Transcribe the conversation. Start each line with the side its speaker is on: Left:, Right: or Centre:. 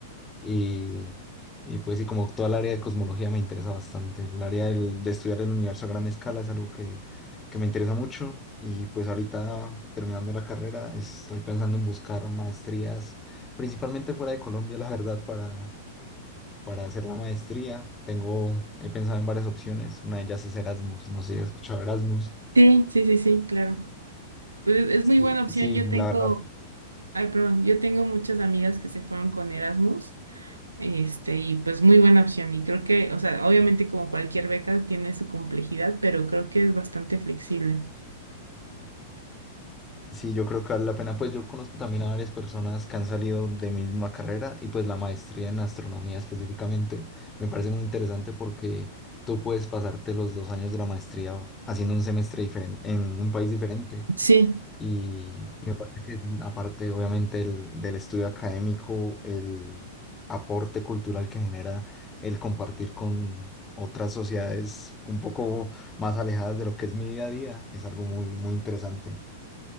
Left: Y, y pues sí, como toda el área de cosmología me interesa bastante. El área del- de estudiar el universo a gran escala es algo que, que me interesa mucho. Y pues ahorita terminando la carrera, estoy pensando en buscar maestrías, principalmente fuera de Colombia, la verdad, para, para hacer la maestría. Tengo, he pensado en varias opciones. Una de ellas es Erasmus. No sé si has escuchado Erasmus.
Right: Sí, sí, sí, sí, claro. Pues es, es
Left: Sí,
Right: muy buena opción.
Left: sí,
Right: Yo
Left: la
Right: tengo,
Left: verdad
Right: ay, perdón, yo tengo muchas amigas que se fueron con Erasmus, este, y pues muy buena opción. Y creo que, o sea, obviamente como cualquier beca tiene su complejidad, pero creo que es bastante flexible.
Left: Sí, yo creo que vale la pena. Pues yo conozco también a varias personas que han salido de mi misma carrera y pues la maestría en astronomía específicamente me parece muy interesante porque tú puedes pasarte los dos años de la maestría haciendo un semestre diferente en un país diferente
Right: Sí.
Left: y, y me parece que aparte obviamente el- del estudio académico, el aporte cultural que genera el compartir con otras sociedades un poco más alejadas de lo que es mi día a día es algo muy, muy interesante.